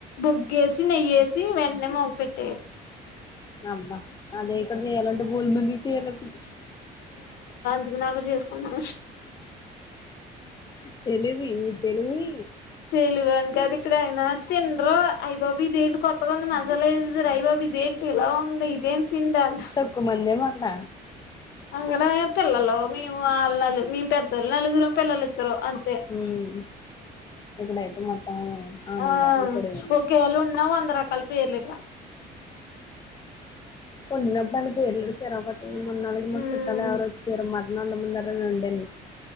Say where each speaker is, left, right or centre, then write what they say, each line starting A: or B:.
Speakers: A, on the left; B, on the left.
A: బొగ్గేసి నెయ్యేసి వెంటనే మోగ పెెట్టాయ
B: అబ్బా అదే ఇక్కడ చెయ్యాలంట భూల్మంది చేయాలప్పుడు
A: పొద్దునక చేసుకున్నా
B: తెలివి తెలివి
A: తెలివనికి కదు ఎక్కడైనా తిిన్రు ఐబాబోయ్ ఇదేంటి కొత్తగా ఉంది మసాలేసేసారు అయ్యబాబోయ్ ఇదేట్ ఇలా ఉంది ఇదేన్ తిందంటర్
B: తక్కువ మందేమో అక్కడ
A: అక్కడ పిల్లలు మేము అల్లాలు మేము పెద్దోళ్ళు నలుగురం పిల్లలిద్దరు అంతే
B: ఉమ్ ఇక్కడైతే మొత్తం అందరు
A: ఆ
B: ఇప్పుడు
A: ఒకేళ ఉన్నా వంద రకాల పేర్లు ఇక్కడ
B: ఉంన్నప్ప అని పేర్లు ఉంటే చిరకోతది మొన్న అలాగే మాకు
A: మ్
B: చుట్టాలు ఎవరో వచ్చారు మ డమన్నారని వండను